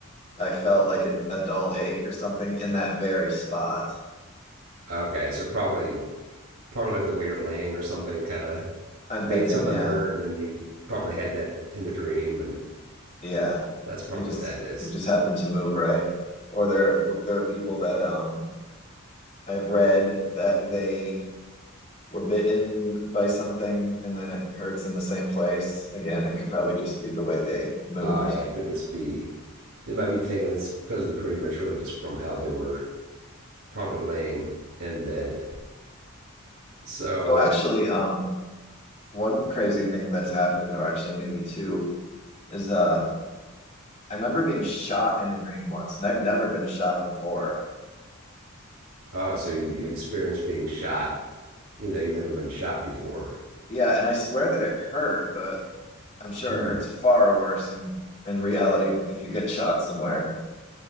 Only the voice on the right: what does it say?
Okay, so probably probably like the way you're laying or something kind of
made
something
hurt, and then you probably had that in the dream, and
that's probably
what that is.
Oh yeah, it could just be they might be thinking it's because of the dream, but it's really just from how they were probably laying in bed. So
oh, so you, you experienced being shot, even though you've never been shot before.
Hmm.